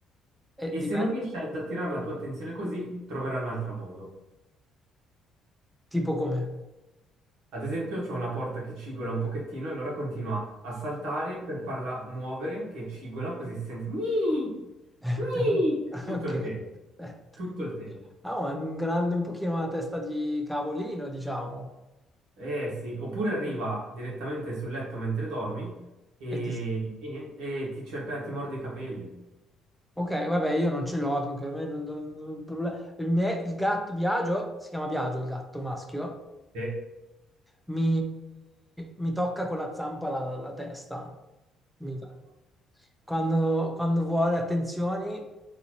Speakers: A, in the centre; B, on the right.
A: E
B: E se
A: dipende,
B: non riesci ad attirare la tua attenzione così, troverai un altro modo.
A: tipo come?
B: Ad esempio, c'è una porta che cigola un pochettino, e allora continua a saltare per farla muovere, che cigola, così si sente "Gni!
A: <laughs>
B: Gni!" tutto
A: Ok,
B: il tempo,
A: perfetto.
B: tutto il tempo.
A: Ah, ma è un grande, un pochino una testa di cavolino, diciamo.
B: Eh sì, oppure arriva direttamente sul letto mentre dormi e,
A: E ti,
B: e niente, e ti cerca, ti morde i capelli.
A: Ok, vabbè, io non ce l'ho, dunque a me non, non- non- problema. Il, mie- il gatto Biagio, si chiama Biagio il gatto maschio,
B: Eh,
A: mi, mi tocca con la zampa la, la testa. Mi- quando, quando vuole attenzioni